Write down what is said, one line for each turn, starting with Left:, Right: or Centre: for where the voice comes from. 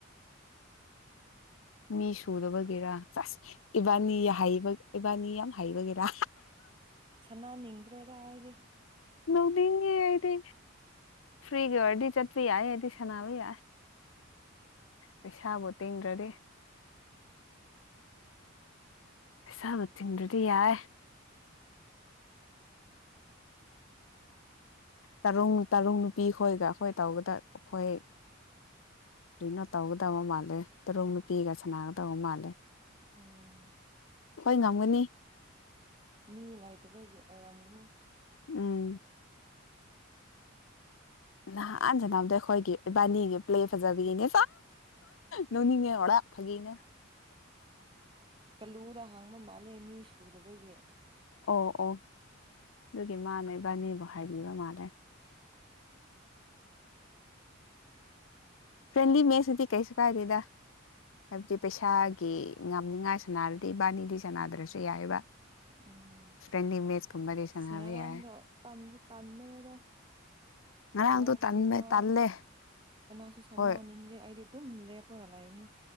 Left: ꯃꯤ ꯁꯨꯗꯕꯒꯦꯔꯥ ꯆ ꯏꯕꯅꯤ
Right: ꯈꯪꯗꯦ
Left: ꯍꯥꯏꯩꯕ ꯑꯦꯕꯥꯅꯤ ꯌꯥꯝ ꯍꯥꯏꯩꯕꯒꯦꯔꯥ
Right: ꯁꯅꯥ ꯅꯤꯡꯗ꯭ꯔꯦꯗ ꯍꯥꯏꯗꯤ
Left: ꯅꯧꯅꯤꯡꯉꯦ ꯑꯩꯗꯤ ꯐ꯭ꯔꯤꯒꯤ ꯑꯣꯏꯔꯗꯤ ꯆꯠꯄ ꯌꯥꯏ ꯑꯩꯗꯤ ꯁꯥꯟꯅꯕ ꯌꯥꯏ ꯄꯩꯁꯥꯕꯨ ꯇꯦꯡꯗ꯭ꯔꯗꯤ ꯑꯦꯁꯥꯕ ꯆꯗꯨꯗꯤ ꯌꯥꯏ ꯇꯔꯨꯡ ꯇꯔꯨꯡ ꯅꯨꯄꯤ ꯈꯣꯏꯒ ꯑꯩꯈꯣꯏ ꯇꯧꯒꯗꯕ ꯑꯩꯈꯣꯏ ꯀꯔꯤꯅꯣ ꯇꯧꯒꯗꯕ ꯃꯥꯜꯂꯦ ꯇꯔꯨꯡ ꯅꯨꯄꯤꯒ ꯁꯅꯒꯗꯕ ꯃꯥꯜꯂꯦ
Right: ꯎꯝ
Left: ꯍꯣꯏ ꯉꯝꯒꯅꯤ
Right: ꯃꯤ ꯂꯥꯏꯇꯕꯒꯤ ꯑꯣꯏꯔꯝꯒꯅꯤ
Left: ꯎꯝ ꯅꯍꯥꯟ ꯁꯅꯕꯗꯣ ꯑꯩꯈꯣꯏꯒꯤ ꯏꯕꯥꯅꯤꯒꯤ ꯄ꯭ꯂꯦ ꯐꯖꯕꯒꯤꯅꯦ ꯅꯣꯡꯅꯤꯡꯉꯦꯔꯔꯥ ꯐꯥꯒꯤꯅꯦ
Right: ꯇꯜꯂꯨꯗ ꯍꯥꯡꯕ ꯃꯥꯜꯂꯦ ꯃꯤ ꯄꯨꯕꯒꯤ
Left: ꯑꯣ ꯑꯣ ꯑꯗꯨꯒꯤ ꯃꯥꯅ ꯏꯕꯥꯅꯤꯕꯨ ꯍꯥꯏꯕꯤꯕ ꯃꯥꯜꯂꯦ
Right: ꯎꯝ
Left: ꯐ꯭ꯔꯦꯟꯂꯤ ꯃꯦꯁꯇꯗꯤ ꯀꯩꯁꯨ ꯀꯥꯏꯗꯦꯗ ꯍꯥꯏꯕꯗꯤ ꯄꯩꯁꯥꯒꯤ ꯉꯅꯤꯡꯉꯥꯏ ꯁꯥꯟꯅꯔꯗꯤ ꯏꯕꯥꯅꯤꯗꯤ ꯁꯥꯟꯅꯗ꯭ꯔꯁꯨ ꯌꯥꯏꯑꯕ
Right: ꯎꯝ
Left: ꯐ꯭ꯔꯦꯟꯂꯤ ꯃꯦꯠꯁ ꯀꯨꯝꯕꯗꯤ ꯁꯥꯟꯅꯕ
Right: ꯁꯅꯔꯥꯡꯗ
Left: ꯌꯥꯏ
Right: ꯇꯥꯟ ꯇꯥꯟꯅꯗ
Left: ꯉꯔꯥꯡꯗꯣ
Right: ꯋꯥꯁꯨ
Left: ꯇꯟꯕ
Right: ꯋꯥꯁꯨ
Left: ꯇꯜꯂꯦ ꯍꯣꯏ
Right: ꯅꯥ ꯅꯤꯡꯦ ꯑꯩꯗꯤ ꯇꯨꯝ ꯂꯩ ꯄꯣꯒꯂꯥꯏꯝꯅꯦ